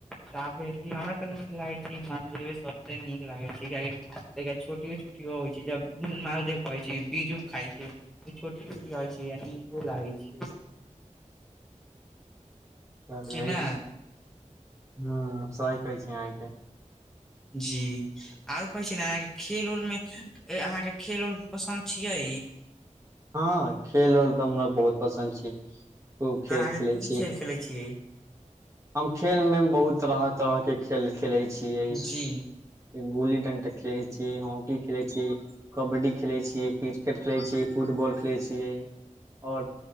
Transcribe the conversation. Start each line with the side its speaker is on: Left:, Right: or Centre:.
Centre: साफ हमरा तऽ नीक लागैत छै मद सभसँ नीक लागैत छै कियक छोटओ छोट होइ छै महदेव कहइ छै बीज उ खा छै छोट छट होइ छ लागै छै
Right: कह
Centre: कि ना
Right: ह सही कहै छी अहाँके
Centre: जी आरो कहै छियै ने अहाँके खेल उल मे अहाँके खेल उल पसन्द छिय
Right: हँ खेल आओर तऽ हमरा बहुत पसन्द छी खूब खेल
Centre: अहाँके
Right: खेलै
Centre: की
Right: छीय
Centre: खेल खेलै छियै
Right: हम खेल मे बहुत तरह तरह के खेल खेले छिय
Centre: जी
Right: गुल्ली डंडा खेले छी हॉकी खेले छी कबड्डी खेले छी क्रिकेट खेले छी फुटबॉल खेलै छियै आओर